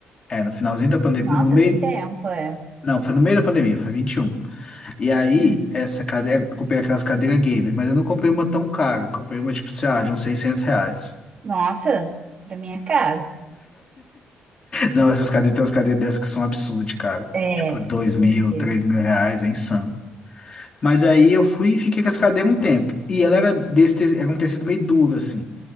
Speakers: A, on the left; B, on the right.
A: É, no finalzinho da pandemia,
B: nossa,
A: no meio,
B: tem tempo, é.
A: não, foi no meio da pandemia, foi 21 e aí,
B: Hum.
A: essa cadeira, eu comprei aquelas cadeiras gamer, mas eu não comprei uma tão cara. Comprei uma, tipo, sei lá, de uns 600 reais.
B: Nossa, pra mim é caro.
A: Não, essas cadeiras, tem umas cadeiras dessas que são absurdas, de cara.
B: É,
A: Tipo, 2 mil,
B: eu sei.
A: 3 mil reais, é insano. Mas aí eu fui e fiquei com essa cadeira um tempo. E ela era desse, te- era um tecido meio duro, assim.